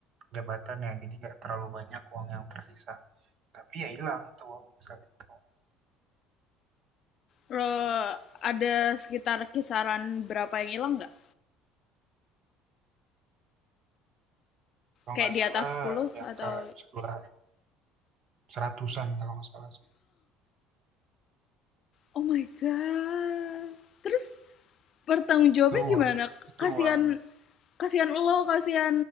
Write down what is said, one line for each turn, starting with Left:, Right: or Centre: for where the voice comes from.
Right: jabatan ya, jadi nggak terlalu banyak uang yang tersisa. Tapi ya hilang itu uangnya saat itu.
Left: lo ada sekitar kisaran berapa yang hilang nggak
Right: Kalau
Left: kayak
Right: nggak
Left: di
Right: salah
Left: atas 10
Right: di angka
Left: atau
Right: sebelah seratusan kalau nggak salah.
Left: Oh my god. Terus bertanggung jawabnya
Right: Itu
Left: gimana?
Right: uang, itu
Left: Kasihan
Right: uang.
Left: kasihan lo, kasihan